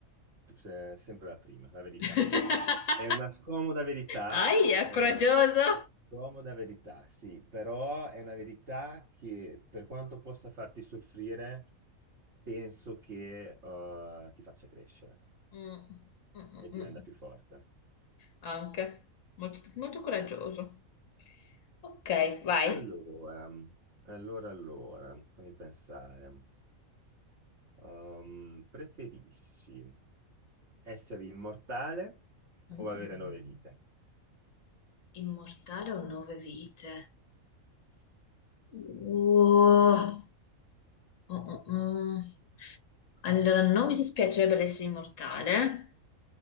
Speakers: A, on the right (about 55°); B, on the left (about 65°).
A: Se- Sempre la prima, la verità.
B: <laughs>
A: È una scomoda verità,
B: Aia,
A: è
B: coraggioso!
A: una, Comoda verità, sì, però è una verità che per quanto possa farti soffrire, penso che eh, ti faccia crescere
B: Mm, mm, mm,
A: e ti
B: mm.
A: renda più forte.
B: Anche, molto, molto coraggioso. Ok, vai.
A: Allora, allora, allora, fammi pensare. Ehm, preferisci essere immortale
B: Mm.
A: o avere nove vite?
B: Immortale o nove vite? Uh, uh, uh, uh. Allora, non mi dispiacerebbe essere immortale,